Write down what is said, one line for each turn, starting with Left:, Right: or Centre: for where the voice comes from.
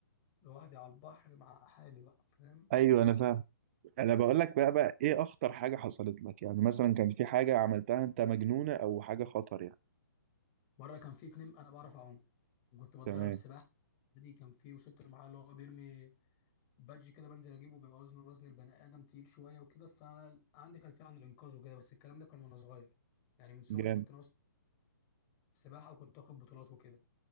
Left: لوحدي على البحر مع حالي بقى فاهم بتبقى
Right: ايوه انا فاهم انا بقول لك بقى بقى ايه اخطر حاجة حصلت لك يعني مثلا كان في حاجة عملتها انت مجنونة او حاجة خطر يعني
Left: مرة كان في اتنين أنا بعرف أعوم وكنت بتدرب
Right: تمام
Left: سباحة دي كان في وصلت للمرحلة اللي هو بيرمي بادج كده بنزل أجيبه بيبقى وزنه وزن البني آدم تقيل شوية وكده فعندي خلفية عن الإنقاذ وكده بس الكلام ده كان وأنا صغير يعني من صغري
Right: جامد
Left: كنت ناقص سباحة وكنت واخد بطولات وكده